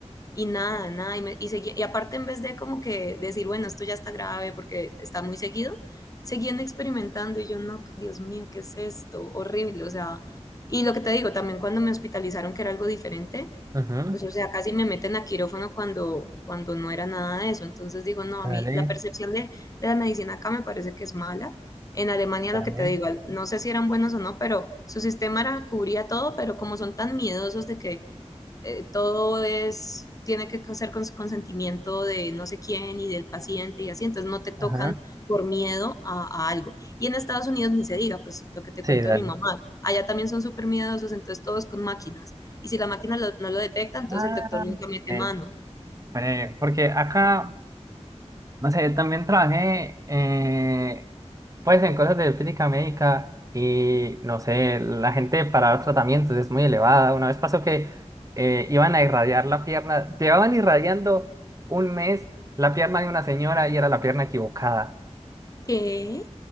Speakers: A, on the left; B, on the right.
A: y nada, nada, y, me- y seguía- y aparte en vez de como que decir, bueno, esto ya está grave porque está muy seguido, seguían experimentando y yo no, Dios mío, ¿qué es esto? Horrible, o sea, y lo que te digo, también cuando me hospitalizaron que era algo diferente,
B: Ujú,
A: pues o sea, casi me meten a quirófano cuando, cuando no era nada de eso, entonces digo, no,
B: Dale,
A: a mí la percepción de, de la medicina acá me parece que es mala. En Alemania,
B: dale.
A: lo que te digo, no sé si eran buenos o no, pero su sistema era, cubría todo, pero como son tan miedosos de que eh, todo es, tiene que ser con consentimiento de no sé quién y del paciente y así, entonces no te tocan
B: Ajá.
A: por miedo a, a algo. Y en Estados Unidos ni se diga, pues lo que te
B: Sí,
A: cuento
B: dale.
A: de mi mamá, allá también son súper miedosos, entonces todos con máquinas. Y si la máquina lo- no lo detecta, entonces
B: Ah,
A: el doctor nunca mete
B: ey,
A: mano.
B: hombre, Porque acá. No sé, también trabajé eh, pues en cosas de física médica y no sé, la gente para los tratamientos es muy elevada. Una vez pasó que eh, iban a irradiar la pierna, llevaban irradiando un mes la pierna de una señora y era la pierna equivocada.
A: ¿Qué?